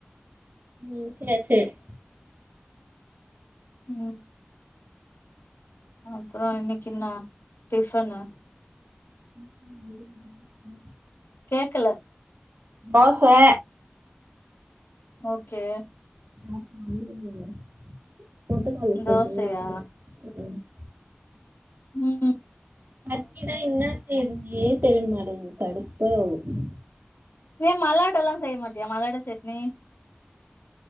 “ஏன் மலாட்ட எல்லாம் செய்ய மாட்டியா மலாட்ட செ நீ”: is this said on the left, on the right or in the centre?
Left